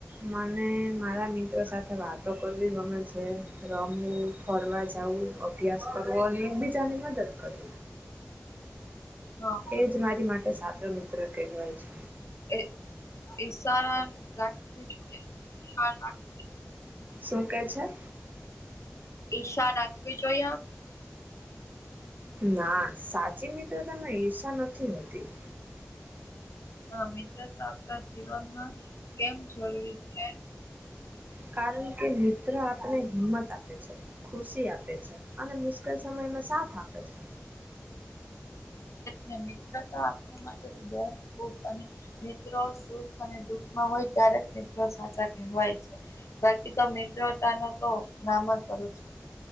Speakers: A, on the right; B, on the left.
A: મને મારા મિત્રો સાથે વાતો કરવી ગમે છે રમવું ફરવા જવું. અભ્યાસ કરવો અને એક બીજાની મદદ કરવી.
B: <inaudible>
A: એજ મારી માટે સાચો મિત્ર કહેવાય છે.
B: એ ઈશારા રાખવી જોઈએ ઈશ રાખ
A: શું કે છે?
B: ઈશા રાખવી જોઈએ આપ?
A: ના સાચી મિત્રતામાં ઈર્ષા નથી હોતી.
B: હ મિત્ર આપણા જીવનમાં કેમ જરૂરી છે?
A: કારણ કે મિત્ર આપને હિંમત આપે છે ખુશી આપે છે. અને મુશ્કેલ સમયમાં સાથ આપે છે.
B: ને મિત્રતા આપણા માટે તો બહ ખૂબ અને મિત્રો સુખ અને દુઃખમાં હોય ત્યારે જ મિત્રો સાથે- - હોય છે બાકી તો મિત્રતા ન તો નામ જ ઓલું છે- -